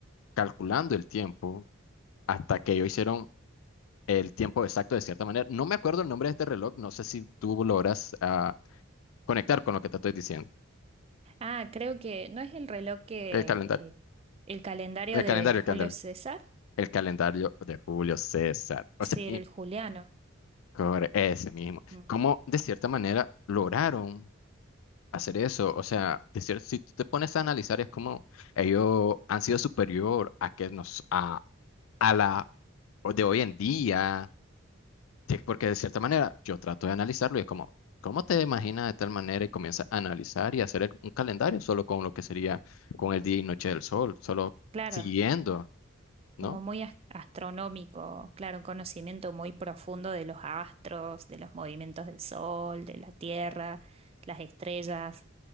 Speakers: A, on the left; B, on the right.
A: calculando el tiempo hasta que ellos hicieron el tiempo exacto de cierta manera. No me acuerdo el nombre de este reloj, no sé si tú logras ah, conectar con lo que te estoy diciendo.
B: Ah, creo que no es el reloj que
A: El calendario,
B: eh, el calendario
A: el
B: de
A: calendario,
B: Julio
A: el calendario.
B: César,
A: El calendario de Julio César. O
B: sí,
A: sea,
B: era el juliano.
A: Corre- Ese mismo.
B: Ujú.
A: ¿Cómo de cierta manera lograron hacer eso? O sea, de cier- si tú te pones a analizar, es como ellos han sido superior a que nos a, a la o de hoy en día, Sí, porque de cierta manera yo trato de analizarlo y es como, ¿cómo te imaginas de tal manera y comienza a analizar y hacer el- un calendario solo con lo que sería con el día y noche del sol, solo
B: Claro,
A: siguiendo, ¿no?
B: como muy as- astronómico, claro, un conocimiento muy profundo de los astros, de los movimientos del sol, de la tierra, las estrellas.